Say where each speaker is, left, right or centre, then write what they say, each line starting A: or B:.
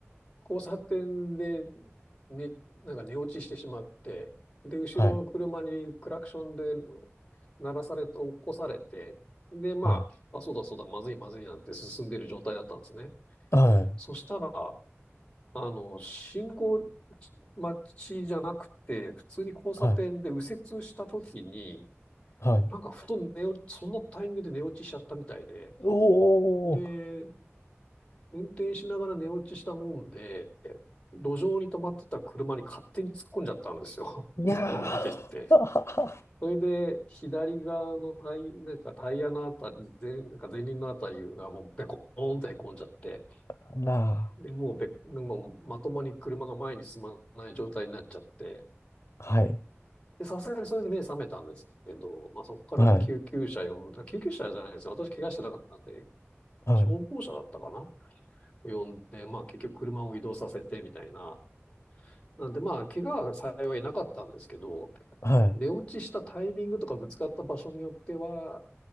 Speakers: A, on the left (about 20°); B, on the left (about 80°).
A: 交差点で、ね、なんか寝落ちしてしまって、で、後ろの車にクラクションで
B: はい、
A: 鳴らされて、起こされて、で、まあ、
B: はい、
A: あ、そうだそうだ、まずいまずいなんて進んでる状態だったんですね。
B: はい、
A: そしたら、あの、信号待ちじゃなくて、普通に交差点で右折した時に、
B: はい、はい。
A: なんかふと寝落ち、そのタイミングで寝落ちしちゃったみたいで、
B: おー、
A: で、運転しながら寝落ちしたもんで、路上に止まってた車に勝手に突っ込んじゃったんですよ。<laughs>
B: いや
A: ボコーンって言って。
B: ー、
A: それで、左側のタイ、なんかタイヤのあたり、前、なんか前輪のあたりがもうベコーンって凹んじゃって、
B: <laughs> な
A: で、もうべ、もうまともに車が前に進まない状態になっちゃって、
B: あ、はい、
A: で、さすがにそれで目覚めたんですけど、まあ、そこから救急車呼んだ、
B: はい、
A: 救急車じゃないですよ。私怪我してなかったんで、
B: はい、
A: 消防車だったかな呼んで、まあ結局車を移動させてみたいな、なんでまあ、怪我は幸いなかったんですけど、
B: はい。
A: 寝落ちしたタイミングとかぶつかった場所によっては、